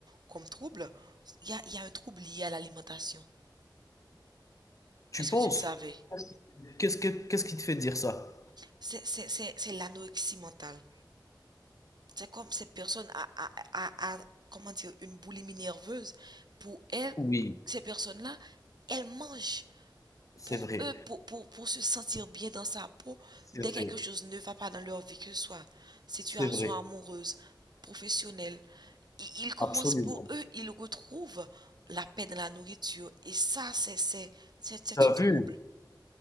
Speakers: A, on the right (about 60°); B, on the left (about 45°).
A: comme trouble, il y a, il y a un trouble lié à l'alimentation.
B: Tu
A: Est-ce
B: penses?
A: que tu le savais?
B: Qu'est-ce que qu'est-ce qui te fait dire ça?
A: C'est, c'est, c'est, c'est l'anorexie mentale. C'est comme cette personne a, a, a- a- comment dire, une boulimie nerveuse. Pour elle,
B: Oui,
A: ces personnes-là, elles mangent
B: c'est
A: pour
B: vrai,
A: eux, pour, pour, pour se sentir bien dans sa peau.
B: c'est
A: Dès que
B: vrai,
A: quelque chose ne va pas dans leur vie, que ce soit situation
B: c'est vrai,
A: amoureuse, professionnelle, i- ils commencent
B: absolument.
A: pour eux, ils retrouvent la paix dans la nourriture. Et ça, c'est, c'est, c'est, c'est
B: Tu as
A: un trouble.
B: vu?